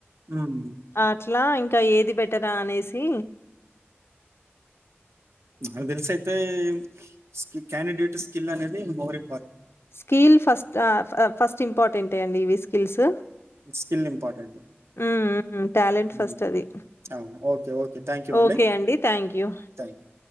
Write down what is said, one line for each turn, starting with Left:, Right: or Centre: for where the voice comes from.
Right: ఉమ్.
Left: అ అట్లా ఇంకా ఏది బెటరా అనేసి
Right: నాకు తెల్సైతే స్కి క్యాండిడేట్ స్కిల్ అనేది ఒవరె
Left: స్కీల్ ఫస్ ద ఫ ఫస్ట్ ఇంపాటెంటె అండి ఇవి స్కిల్స్
Right: స్కిల్ ఇంపార్టెంట్,
Left: హ్మ్. హ్మ్. టాలెంట్ ఫస్ట్
Right: ఉ
Left: అది
Right: అవును ఓకే ఓకే థ్యాంక్ యూ అండి
Left: okay thank you
Right: thank you